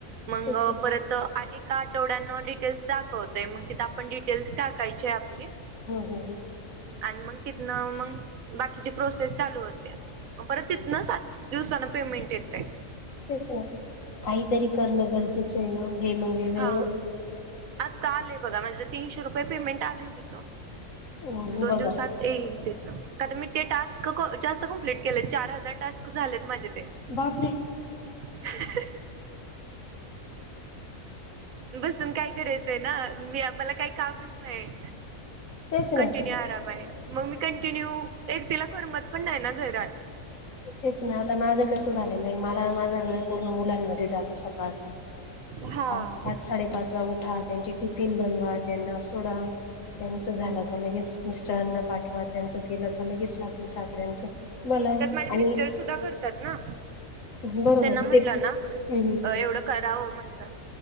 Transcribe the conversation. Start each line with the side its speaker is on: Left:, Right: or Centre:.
Right: मग
Left: तेच ना
Right: परत. तर एका आठवड्यानं डिटेल्स दाखवतोय मग तिथं आपण डिटेल्स टाकायचे आपली.
Left: हं हं हं.
Right: आणि मग तिथनं मग बाकीचे प्रोसेस चालू होते मग परत तिथन. सात दिवसान पेमेंट येते.
Left: तेच काहीतरी करणं गरजेचं आहे ओ. हे म्हणजे.
Right: हा
Left: वेळ
Right: आता आलंय बघा माझं तीनशे रुपये पेमेंट आलंय तिथं.
Left: हं,
Right: दोन
Left: बघा
Right: दिवसात. येईल त्याच कारण मी ते टास्क जास्त कमप्लीट केले चार हजार टास्क झालेत माझे ते.
Left: बापरे.
Right: ह <inaudible> बसून काय करायचंय ना मी मला काही कामच नाही.
Left: तेच
Right: कंटिन्यू
Left: ना
Right: आराम आहे मग मी कंटिन्यू एकटीला करमत पण नाही ना घरात.
Left: तेच नाही आता माझं कसं झालेलं आहे मला माझा वेळ पूर्ण मुलांमध्ये. जातो सकाळचा
Right: हा
Left: पाच पात. साडेपाच ला उठा त्यांची टिफिन बनवा त्यांना सोडा त्यांच झालं का लगेच. मिस्टरांना पाठवा त्यांचं केलं का लगेच सासू सासऱ्यांचं मला.
Right: त्यात माझे मिस्टर
Left: आणि
Right: सुद्धा करतात ना.
Left: बरोबर
Right: त्यांना म्हणलं
Left: ते
Right: ना
Left: हम्म
Right: एवढं करावं म्हणलं.